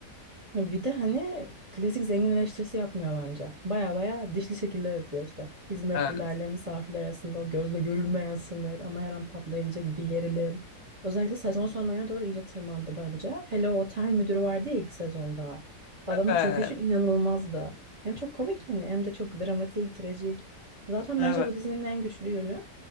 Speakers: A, on the right (about 20°); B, on the left (about 75°).
A: Ya bir de hani klasik zengin eleştirisi yapmıyor bence. Baya baya dişli şekilde yapıyor işte. Hizmetlilerle
B: Evet,
A: misafirler arasında o gözle görülmeyen sınır ama her an patlayabilecek bir gerilim. Özellikle sezon sonlarına doğru iyice tırmandı bence. Hele o otel müdürü vardı ya ilk sezonda. Adamın
B: evet,
A: çöküşü inanılmazdı. Hem çok komik yani hem de çok dramatik, trajik. Zaten
B: evet.
A: bence bu dizinin en güçlü yönü